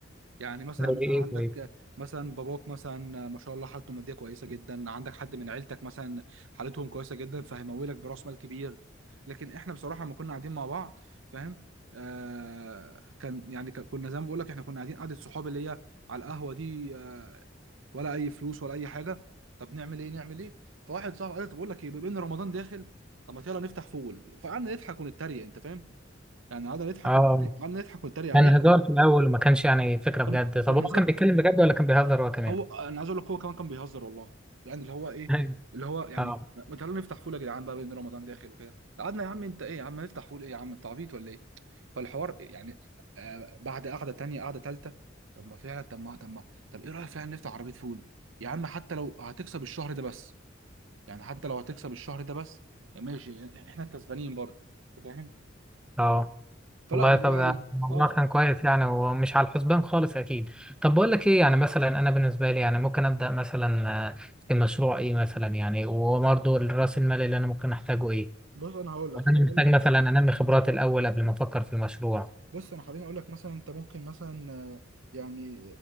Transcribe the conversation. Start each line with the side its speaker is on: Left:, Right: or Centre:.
Right: يعني مثلا
Centre: زي ايه
Right: عندك
Centre: طيب
Right: آه، مثلا باباك مثلا آه، ما شاء الله حالته المادية كويسة جدا عندك حد من عيلتك مثلا حالتهم كويسة جدا فهيمولك برأس مال كبير لكن إحنا بصراحة لما كنا قاعدين مع بعض فاهم آه كان يعني ك- كنا زي ما بقول لك إحنا كنا قاعدين قعدة صحاب اللي هي على القهوة دي آه، ولا اي فلوس ولا اي حاجه طب نعمل ايه نعمل ايه فواحد صاحبي قال لي طب بقول لك ايه بما ان رمضان داخل طب ما يلا نفتح فول فقعدنا نضحك ونتريق انت فاهم يعني قعدنا نضحك
Centre: اه
Right: ون- قعدنا نضحك ونتريق
Centre: كان
Right: عليه
Centre: هزار في الاول وما كانش يعني فكره بجد
Right: كان
Centre: طب
Right: كان
Centre: هو
Right: هزار
Centre: كان بيتكلم بجد ولا كان بيهزر هو كمان
Right: هو انا عايز اقول لك هو كمان كان بيهزر والله يعني اللي هو ايه
Centre: أيوة.
Right: اللي هو يعني
Centre: اه
Right: ما تعالوا نفتح فول يا جدعان بقى بما ان رمضان داخل وكده قعدنا يا عم انت ايه يا عم نفتح فول ايه يا عم انت عبيط ولا ايه فالحوار يعني آه بعد قعده تانيه قعده تالته طب ما فعلا طب ما طب ما طب ايه رايك فعلا نفتح عربيه فول يا عم حتى لو هتكسب الشهر ده بس يعني حتى لو هتكسب الشهر ده بس ماشي احنا كسبانين برضه انت فاهم
Centre: اه
Right: فلا
Centre: والله
Right: بصراحه
Centre: طب ده الموضوع
Right: اه ف-
Centre: كان كويس يعني ومش على الحسبان خالص اكيد طب بقول لك ايه يعني مثلا انا بالنسبه لي يعني ممكن ابدا مثلا آه، في مشروع ايه مثلا يعني وبرضه راس المال اللي انا ممكن احتاجه ايه
Right: بص انا هقول لك
Centre: يعني
Right: خليني
Centre: انا محتاج
Right: اقول لك
Centre: مثلا انمي خبراتي الاول قبل ما افكر في المشروع
Right: بص انا خليني اقول لك مثلا انت ممكن مثلا آه، يعني